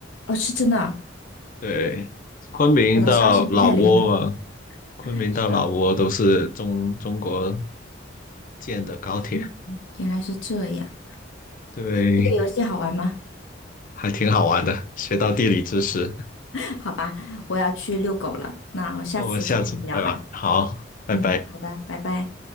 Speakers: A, on the left (about 85°); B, on the left (about 45°).
A: 哦，是真的啊
B: 对，昆明到老挝嘛，
A: 我的消息不太灵通。
B: 昆明到老挝都是中中国
A: 是，
B: 建的高铁，
A: 嗯原来是这样。
B: 对，
A: 这个游戏好玩吗？
B: 还挺好玩的，学到地理知识。
A: <laughs> 好吧，我要去遛狗了。那我下次再跟你聊吧。
B: 那我们下次再玩，好，拜拜。
A: 嗯，好的，拜拜。